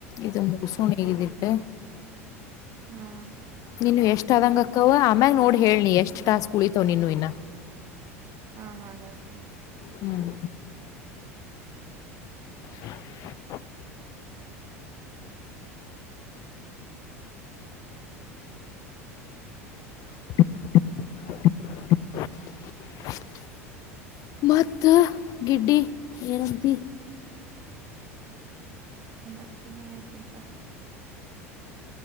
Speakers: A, on the left; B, on the right.
A: ಇದು ಮುಗ್ಸಣಗಿದಿಟ್ಟ.
B: ಹಾ
A: ಇನ್ನು ಎಷ್ಟ ಆದಂಗಕ್ಕವ ಆಮ್ಯಾಗ್ ನೋಡ್ ಹೇಳ್ಲಿ ಎಷ್ಟ್ ಟಾಸ್ಕ್ ಉಳಿತವ್ ಇನ್ನು ಇನ್ನ.
B: ಹಾ ಹಾ ಹೇಳ್
A: ಹ್ಮ್ <inaudible> <inaudible> ಮತ್ತ ಗಿಡ್ಡಿ ಏನಂತಿ.
B: ಮತ್ತೆ ಏನ್ ಐತಿಪ್ಪ.